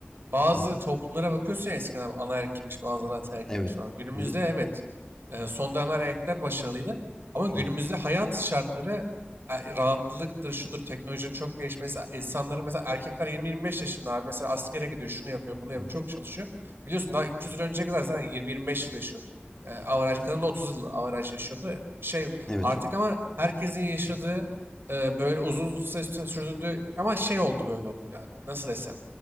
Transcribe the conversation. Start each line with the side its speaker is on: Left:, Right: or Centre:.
Right: Bazı
Left: hı, hı.
Right: toplumlara bakıyorsun ya eskiden anaerkilmiş bazıları ataerkilmiş
Left: Evet.
Right: falan. Günümüzde
Left: Hı, hı,
Right: evet e, son dönemler erkekler başarılıydı. Ama günümüzde
Left: hı, hı,
Right: hayat şartları e, rahatlıktır, şudur, teknolojinin çok gelişmesi. insanların mesela erkekler 20-25 yaşında abi mesela askere gidiyor, şunu yapıyor, bunu yapıyor,
Left: hı, hı.
Right: çok çalışıyor. Biliyorsun daha 300 yıl önceye kadar zaten 20-25 yıl yaşıyordu. E, averaj, kadın da 30 yıl averaj yaşıyordu. Şey
Left: Evet.
Right: artık ama herkesin yaşadığı e, böyle uzun sü- sürdürdüğü ama şey oldu böyle olunca abi, nasıl desem.